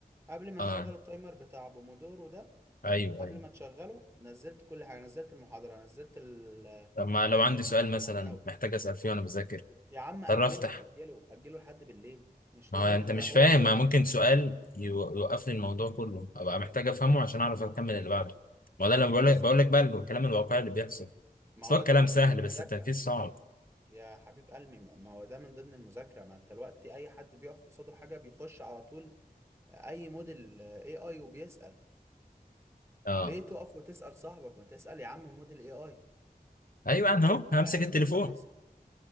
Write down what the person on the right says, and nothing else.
قبل ما
نشغل التايمر بتاع بومودورو ده
قبل
ما تشغله نزلت كل حاجة نزلت المحاضرة نزلت ال
الهاند اوت
يا عم
اجله
اجله اجله لحد بالليل مش
لازم
هو
وقفت
اسأل
ما
هو
ده من
ضمن المذاكرة
يا حبيب قلبي ما ما هو ده من ضمن المذاكرة ما انت الوقت اي حد بيقف قصاده حاجة بيخش على طول اي موديل اي اي وبيسأل
ليه تقف وتسأل صاحبك ما تسأل يا عم موديل اي اي
هيبقى
هيديك
تفاصيل